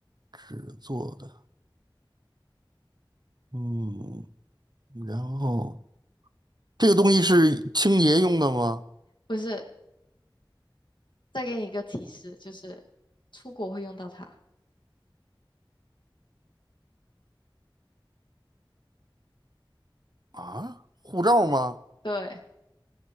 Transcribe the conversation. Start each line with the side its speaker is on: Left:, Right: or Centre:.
Right: 纸做的，嗯，然后这个东西是清洁用的吗？
Left: 不是，再给你一个提示，就是出国会用到它。
Right: 啊，护照吗？
Left: 对，